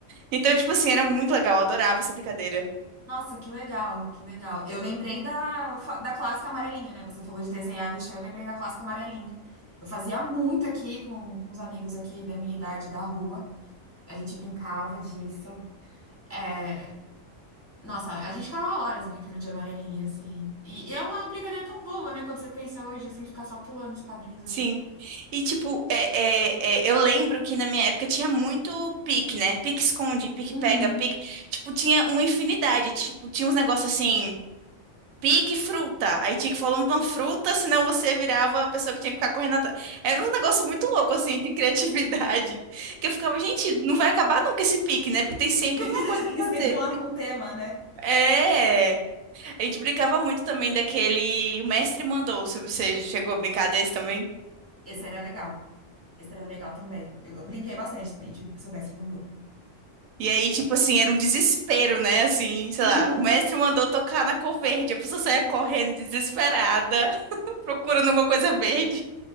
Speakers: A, on the right; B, on the left.
A: Então, tipo assim, era muito legal, eu adorava essa brincadeira.
B: Nossa, que legal, que legal. Eu lembrei da, fa- da clássica amarelinha, né? Você falou de desenhar no chão, eu lembrei da clássica amarelinha. Eu fazia muito aqui com, com os amigos aqui da minha idade da rua. A gente brincava disso. É, Nossa, a gente ficava horas brincando de amarelinha, assim. E, e é uma brincadeira tão boa, né? Quando você pensa hoje, assim, ficar só pulando os quadrinhos ali.
A: Sim. E, tipo, é, é, é, eu lembro que na minha época tinha muito pique, né? Pique esconde, pique
B: Uhum.
A: pega, pique. Tipo, tinha uma infinidade. Tipo, tinha uns negócios assim. Pique fruta. Aí tinha que falar o nome de uma fruta, senão você virava a pessoa que tinha que ficar correndo atrás. Era um negócio muito louco, assim, de criatividade. <laughs> Que eu ficava, gente, não vai acabar nunca esse pique, né? Porque tem sempre
B: <laughs>
A: alguma coisa pra
B: Tem
A: fazer.
B: sempre um, um tema, né?
A: É. A gente brincava muito também daquele. O mestre mandou. se Você chegou a brincar desse também?
B: Esse era legal. Esse era legal também. Eu brinquei bastante também, de seu mestre mandou.
A: E aí, tipo assim, era um desespero, né? Assim, sei
B: Uhum.
A: lá, o mestre mandou tocar na cor verde. A pessoa saía correndo desesperada, <laughs> procurando alguma coisa verde.